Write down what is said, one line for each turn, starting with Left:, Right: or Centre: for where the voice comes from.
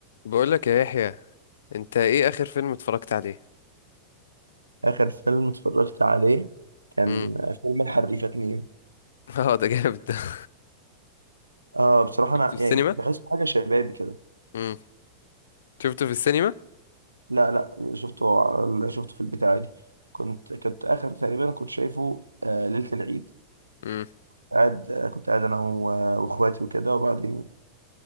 Left: بقول لك يا يحيى انت ايه اخر فيلم اتفرجت عليه
Right: آخر فيلم اتفرجت عليه كان
Left: امم
Right: فيلم الحريفة اتنين
Left: <laughs> اه ده جامد ده <laughs>
Right: آه بصراحة أنا
Left: شفته في السينما
Right: يعني بحس حاجة شبابي كده
Left: امم شفته في السينما
Right: لا لا شفته على- شفته في البيت عادي كنت كنت آخر تقريبا كنت شايفه آه ليلة العيد
Left: امم
Right: قاعد آه كنت قاعد أنا و- وإخواتي وكده وبعدين